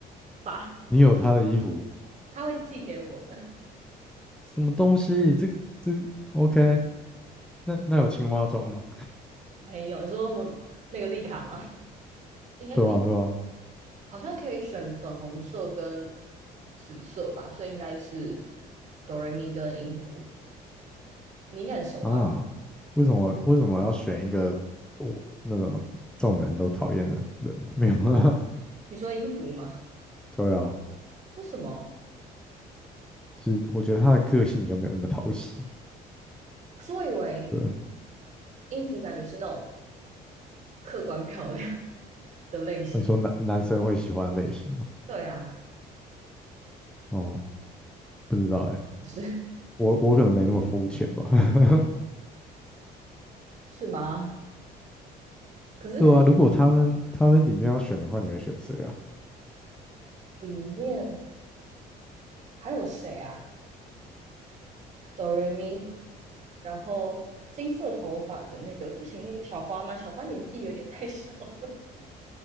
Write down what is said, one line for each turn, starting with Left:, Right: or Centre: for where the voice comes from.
Right: 吧，
Centre: 你有她的衣服，
Right: 他会寄给我们。
Centre: 什么东西？这个这个 OK？那那有青蛙装吗？
Right: 没有，你说我那个丽卡吗？应该没，
Centre: 对啊，对啊，
Right: 好像可以选粉红色跟紫色吧，所以应该是哆瑞咪跟音符，你应该很熟吧？
Centre: 啊，为什么为什么要选一个我那种众人都讨厌的人？<laughs> 没有啊，
Right: 你说音符吗？
Centre: 对啊，
Right: 为什么？
Centre: 就是我觉得他的个性比较没有那么讨喜。
Right: 可是我以为
Centre: 对啊，
Right: 音符感觉是那种客观漂亮的类型。
Centre: 你说男男生会喜欢的类型吗？
Right: 对啊，
Centre: 哦，不知道哎、
Right: 是
Centre: 我我可能没那么肤浅吧。<laughs>
Right: 是吗？可是
Centre: 对啊，如果他们他们里面要选的话，你会选谁啊？
Right: 里面还有谁啊？哆瑞咪，然后金色头发的那个不行，那个小花吗？小花年纪有点太小了